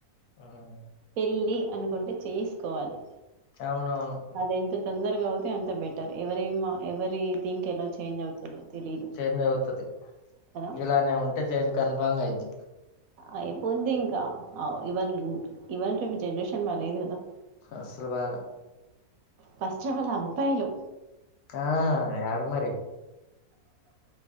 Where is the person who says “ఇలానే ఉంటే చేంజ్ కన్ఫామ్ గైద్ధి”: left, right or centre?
Left